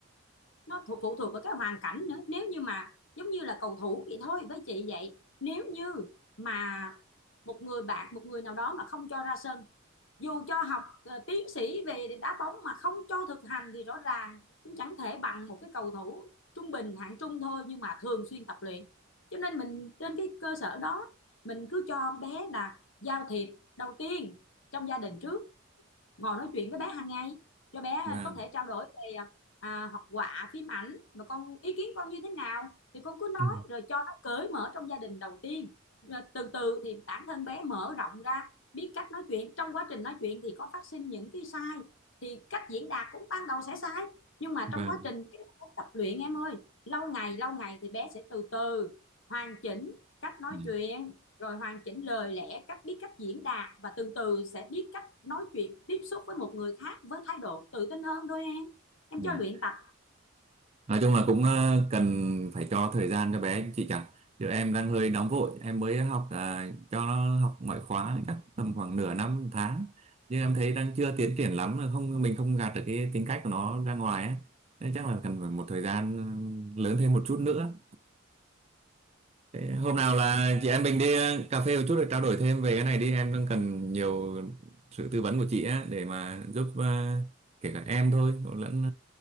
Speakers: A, on the left; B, on the right.
A: nó thuộc phụ thuộc vào cái hoàn cảnh nữa nếu như mà giống như là cầu thủ vậy thôi với chị vậy nếu như mà một người bạn một người nào đó mà không cho ra sân dù cho học ờ, tiến sĩ về đá bóng mà không cho thực hành thì rõ ràng cũng chẳng thể bằng một cái cầu thủ trung bình hạng trung thôi nhưng mà thường xuyên tập luyện cho nên mình trên cái cơ sở đó mình cứ cho bé là giao thiệp đầu tiên trong gia đình trước ngồi nói chuyện với bé hàng ngày cho bé à,
B: vâng
A: có thể trao đổi về à, à, học họa phim ảnh mà con ý kiến con như thế nào thì con cứ nói
B: Ừ.
A: rồi cho nó cởi mở trong gia đình đầu tiên rồi từ từ thì bản thân bé mở rộng ra biết cách nói chuyện trong quá trình nói chuyện thì có phát sinh những cái sai thì cách diễn đạt cũng ban đầu sẽ sai nhưng mà
B: vâng
A: trong quá trình cái tập luyện em ơi lâu ngày lâu ngày thì bé sẽ từ từ hoàn chỉnh cách nói
B: dạ.
A: chuyện rồi hoàn chỉnh lời lẽ cách biết cách diễn đạt và từ từ sẽ biết cách nói chuyện tiếp xúc với một người khác với thái độ tự tin hơn thôi em em
B: Dạ.
A: cho luyện tập
B: Nói chung là cũng ờ, cần phải cho thời gian cho bé chị chẳng. Chứ em đang hơi nóng vội, em mới học à, cho nó học ngoại khóa chắc tầm khoảng nửa năm một tháng. Nhưng em thấy đang chưa tiến triển lắm, là không mình không gạt được cái tính cách của nó ra ngoài ấy. Nên chắc là cần phải một thời gian ờ, lớn thêm một chút nữa. Thế Hôm nào là chị em mình đi ờ, cà phê một chút để trao đổi thêm về cái này đi em đang cần nhiều sự tư vấn của chị á để mà giúp ờ, kể cả em thôi cũng lẫn